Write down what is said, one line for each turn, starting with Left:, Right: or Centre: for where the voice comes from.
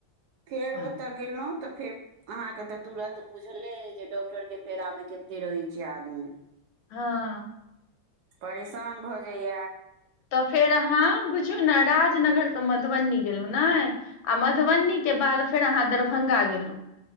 Right: फेर
Left: हँ
Right: ओतय गेलहुँ तऽ फेर अहाँके तऽ तुरत बुझले जे डॉक्टरके फेरामे कते रहैत छै आदमी
Left: हँ
Right: परेशान भऽ जाइय
Left: तऽ फेर अहाँ बुझौ ने राजनगर त मधुबनी गेलहुँ नहि आ मधुबनीके बाद फेर अहाँ दरभंगा गेलहुँ